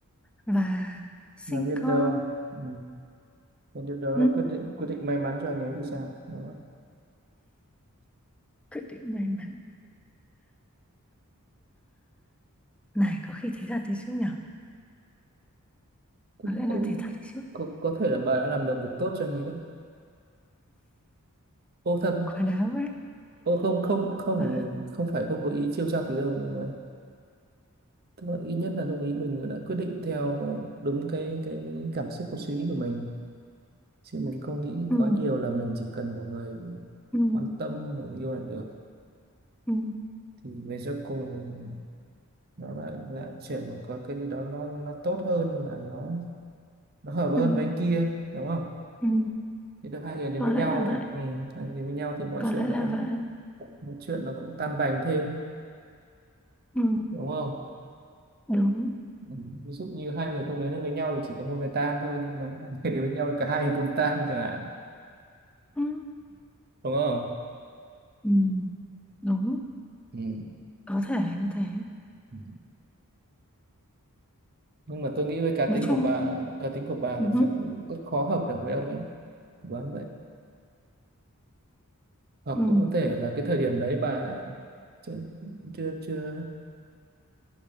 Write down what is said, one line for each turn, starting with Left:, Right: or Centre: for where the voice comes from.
Centre: và sinh
Right: là biết
Centre: con
Right: đâu ừ. biết đâu đó
Centre: ừ.
Right: là quyết định quyết định may mắn cho anh ấy thì sao đó
Centre: quyết định may mắn Này có khi thế thật đấy chứ nhở
Right: cũng
Centre: Có lẽ là
Right: cũng
Centre: thế thật đấy chứ
Right: có, có thể là bà đã làm được việc tốt cho anh ấy đấy ô thật
Centre: Quá đáng đấy
Right: ô không không không
Centre: Quá...
Right: của mình không phải không có ý trêu chọc gì đâu nhưng mà tức là ít nhất là đồng ý mình đã quyết định theo đúng cái cái cảm xúc của suy nghĩ của mình chứ mình không nghĩ
Centre: Ừ,
Right: quá nhiều là mình chỉ cần một người
Centre: ừ,
Right: quan tâm một người yêu là được
Centre: ừ,
Right: thì về sau cùng nó lại lại chuyển một cái cái gì đó nó nó tốt hơn mà nó nó hợp hơn
Centre: ừ,
Right: với anh kia đúng không
Centre: ừ.
Right: thì được hai người đến
Centre: Có
Right: với
Centre: lẽ
Right: nhau
Centre: là vậy
Right: ừ, hai người đến với nhau thì mọi
Centre: Có
Right: chuyện
Centre: lẽ
Right: nó
Centre: là
Right: cũng
Centre: vậy
Right: mọi chuyện nó cũng tan tành thêm
Centre: ừ,
Right: đúng không
Centre: Đúng
Right: ừ. ví dụ như hai người không đến được với nhau thì chỉ có một người tan thôi nhưng mà hai người đến với nhau thì cả hai người cùng tan chẳng hạn
Centre: ừ,
Right: đúng không
Centre: ừ, Đúng
Right: ừ.
Centre: Có thể là như thế
Right: ừ. nhưng mà tôi nghĩ với cá
Centre: Nói
Right: tính
Centre: chung
Right: của bà cá tính của bà
Centre: ừ,
Right: thì
Centre: ừ.
Right: chắc cũng rất khó hợp được với ông ấy đoán vậy hoặc
Centre: ừ.
Right: cũng có thể là cái thời điểm đấy bà chưa chưa chưa